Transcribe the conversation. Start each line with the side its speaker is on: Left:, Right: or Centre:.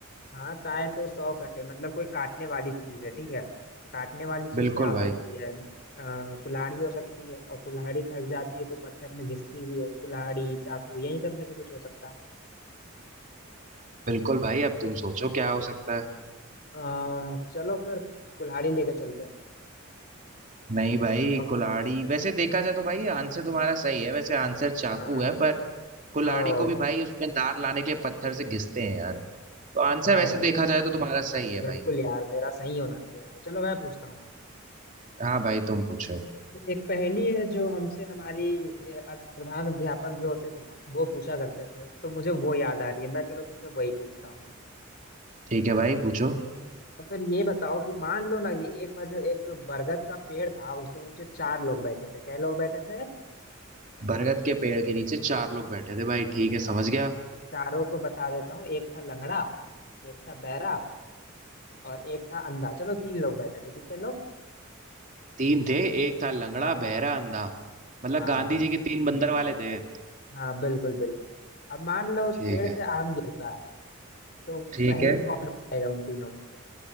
Left: हाँ ताए तो सौ कटे मतलब कोई काटने वाली चीज है ठीक है काटने वाली चीज
Right: बिल्कुल
Left: क्या हो
Right: भाई
Left: सकती है आ, कुल्हाड़ी हो सकती है और कुल्हाड़ी थक जाती है तो पत्थर में घिसती भी है कुल्हाड़ी चाकू यही सब में से कुछ हो सकता है
Right: बिल्कुल भाई अब तुम सोचो क्या हो सकता है
Left: अ, चलो फिर कुल्हाड़ी लेके चलते हैं
Right: नहीं भाई
Left: लॉक-
Right: कुल्हाड़ी वैसे देखा जाए तो भाई आंसर तुम्हारा सही है वैसे आंसर चाकू
Left: हाँ
Right: है पर कुल्हाड़ी
Left: ओ
Right: को भी भाई उसमें धार लाने के लिए पत्थर से घिसते हैं यार तो आंसर
Left: हाँ
Right: वैसे
Left: यार
Right: देखा जाए तो तुम्हारा सही है
Left: बिल्कुल
Right: भाई
Left: यार मेरा सही होना चाहिए भाई चलो मैं पूछता हूँ
Right: हाँ भाई तुम पूछो
Left: एक पहेली है जो हमसे हमारी ए, अ- प्रधान अध्यापक जो होते थे ना वो पूछा करते थे तो मुझे वो याद आ रही है मैं चलो तुमसे वही पूछता हूँ
Right: ठीक है भाई पूछो
Left: तो फिर ये बताओ कि मान लो ना कि एक बार जो एक बरगद का पेड़ था उसके नीचे चार लोग बैठे थे क्या लोग बैठे थे
Right: बरगद के पेड़ के नीचे चार लोग बैठे थे भाई ठीक
Left: हाँ,
Right: है समझ गया
Left: चारों को बता देता हूँ एक था लंगड़ा एक था बहरा और एक था अंधा चलो तीन लोग बैठे थे कितने लोग
Right: तीन थे एक था लंगड़ा
Left: हाँ
Right: बहरा अंधा मतलब
Left: हाँ
Right: गांधी जी के तीन बंदर वाले थे
Left: हाँ बिल्कुल बिल्कुल अब मान लो उस
Right: ठीक
Left: पेड़
Right: है
Left: से आम गिरता है तो
Right: ठीक
Left: पहले
Right: है
Left: कौन उठाएगा उन तीनों में से